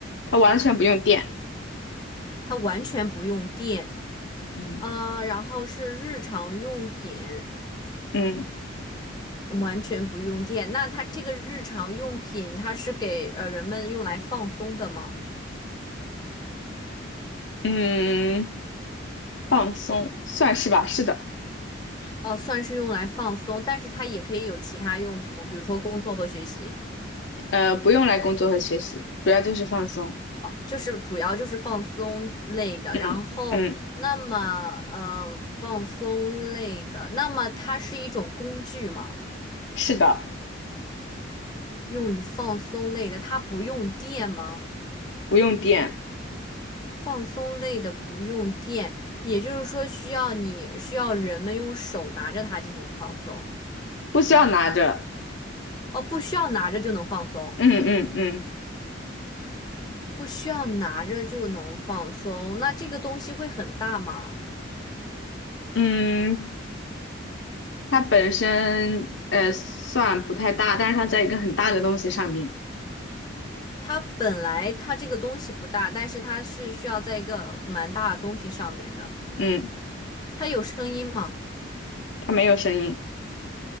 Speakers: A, on the left; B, on the left.
A: 它完全不用电，
B: 它完全不用电，
A: 嗯，
B: 啊，然后是日常用品，
A: 嗯
B: 完全不用电。那它这个日常用品，它是给呃人们用来放松的吗？
A: 嗯，放松，算是吧，是的，
B: 哦，算是用来放松，但是它也可以有其他用途，比如说工作和学习，
A: 呃，不用来工作和学习，主要就是放松，
B: 就是主要就是放松类的。
A: 嗯嗯，
B: 然后，那么呃，放松类的，那么它是一种工具吗？
A: 是的，
B: 用于放松类的，它不用电吗？
A: 不用电，
B: 放松类的不用电，也就是说需要你需要人们用手拿着它进行放松。
A: 不需要拿着，
B: 哦，不需要拿着就能放松，
A: 嗯嗯嗯
B: 不需要拿着就能放松。那这个东西会很大吗？
A: 嗯，它本身呃算不太大，但是它在一个很大的东西上面，
B: 它本来它这个东西不大，但是它是需要在一个蛮大的东西上面的。
A: 嗯，
B: 它有声音吗？
A: 它没有声音，